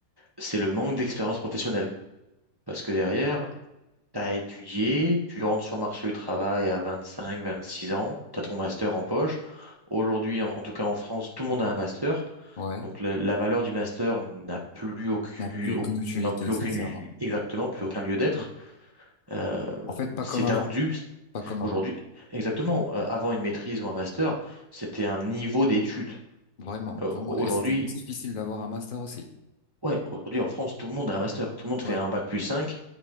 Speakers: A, on the right; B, on the left.
A: c'est le manque d'expérience professionnelle. Parce que derrière, T'as étudié, tu rentres sur le marché du travail à 25, 26 ans, t'as ton master en poche. Aujourd'hui, en en tout cas en France, tout le monde a un master.
B: Ouais,
A: Donc le- la valeur du master n'a plus aucune,
B: n'a plus aucune
A: au-
B: utilité,
A: n'a plus
B: sincèrement.
A: aucune, exactement, plus aucun lieu d'être. Euh,
B: En fait, pas
A: c'est
B: comme avant.
A: un dû
B: Pas comme avant.
A: aujourd'hui. Exactement, euh, avant une maîtrise ou un master, c'était un niveau d'études.
B: Vraiment,
A: Euh,
B: vraiment.
A: aujourd'hui,
B: Et c'était difficile d'avoir un master aussi.
A: ouais, aujourd'hui en France, tout le monde a un master. Tout le monde
B: Ouais,
A: fait un bac plus cinq,